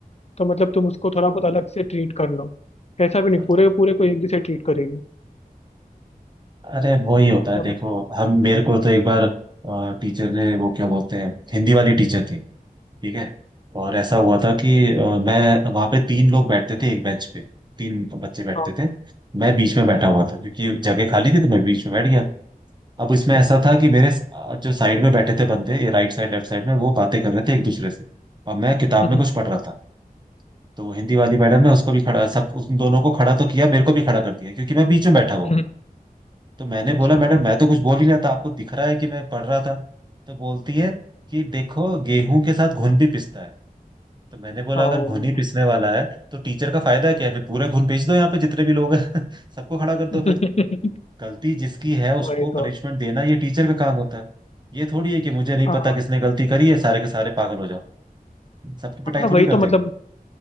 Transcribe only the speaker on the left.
तो मतलब तुम उसको थोड़ा बहुत अलग से ट्रीट कर लो ऐसा भी नहीं
पूरे पूरे को एक जैसे ट्रीट करेगी
तो मतलब
हाँ
हम्म,
हम्म,
हम्म,
हम्म,
अच्छा
हाँ वो
भी
है।
<laughs>
वही तो
हाँ
हाँ,
मतलब
वही
तो
मतलब